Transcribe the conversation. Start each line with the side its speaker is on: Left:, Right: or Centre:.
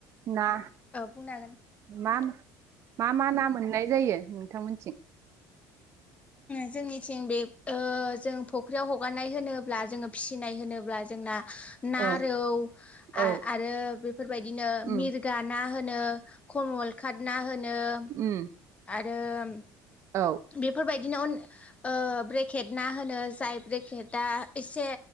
Right: ना
Left: बुंनो हागोन
Right: मा मा मा ना मोननाय जायो नोंथांमोनथिं
Left: जोंनिथिं बे औ जों फुख्रियाव हगारनाय होनोब्ला जोङो फिसिनाय होनोब्ला जोंना ना
Right: ओं
Left: रौ
Right: औ
Left: आरो बेफोरबायदिनो
Right: उम
Left: मिरगा ना होनो कमल खाट ना होनो नो
Right: उम
Left: आरो <unintelligible>
Right: औ
Left: बेफोरबायदि बिदिनो अन ओ ब्रेकेट ना होनो जाय ब्रेकेटा एसे